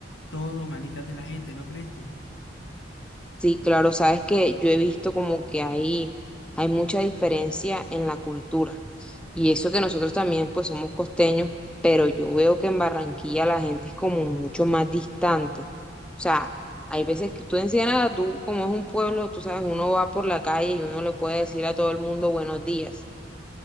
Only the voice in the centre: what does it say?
Sí, claro, sabes que yo he visto como que hay, hay mucha diferencia en la cultura. Y eso que nosotros también pues somos costeños, pero yo veo que en Barranquilla la gente es como mucho más distante. O sea, hay veces que tú en Ciénaga, tú como es un pueblo, tú sabes, uno va por la calle y uno le puede decir a todo el mundo buenos días.